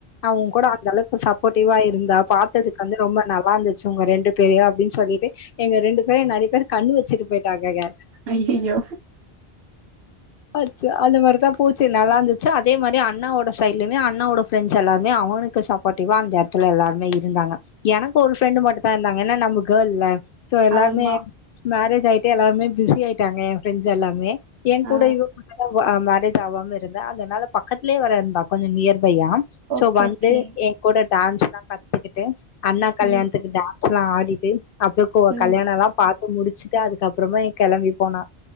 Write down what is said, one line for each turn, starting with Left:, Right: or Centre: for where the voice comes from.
Left: அவ உ கூட அந்த அளவுக்கு சப்போட்டிவா இருந்தா பாத்ததுக்கு வந்து ரொம்ப நல்லா இருந்துச்சு உங்க ரெண்டு பேரையு அப்டின் சொல்லிட்டு எங்க ரெண்டுபேர நெறைய பேர் கண்ணு வெச்சிட்டு போயிட்டாங்கங்க
Right: ஐயய்யோ
Left: ஆச்சு அந்த மாரி தா போச்சு நல்லா இருந்துச்சு அதே மாரி அண்ணாவோட சைட்லயுமே அண்ணாவோட ஃப்ரெண்டஸ் எல்லாருமே அவனுக்கு சப் போட்டிவா அந்த எடத்துல எல்லாருமே இருந்தாங்க எனக்கு ஒரு ஃப்ரெண்டு மட்டு தா இருந்தாங்க ஏன்னா நம்ம கேர்ள்ல சோ எல்லாருமே
Right: ஆமா.
Left: மேரேஜ் ஆயிட்டு எல்லாருமே பிஸி ஆயிட்டாங்க எ ஃப்ரெண்ட்ஸ் எல்லாமே எ கூட
Right: ஆ.
Left: இவ மட்டுதா வ அ மேரேஜ் ஆவாம இருந்தா அதனால பக்கத்லே வேர இருந்தா கொஞ்ச நியர்பையா
Right: ஓகே,
Left: சோ வந்து
Right: ஓகே.
Left: எ கூட டான்ஸ்ல்லா கத்துக்கிட்டு அண்ணா கல்யாணத்துக்கு
Right: ம்.
Left: டான்ஸ்ல்லா ஆடிட்டு அப்புறோ கோ
Right: ம்.
Left: கல்யாணல்லா பாத்து முடிச்சிட்டு அதுக்கப்புறமா எ கெளம்பி போனா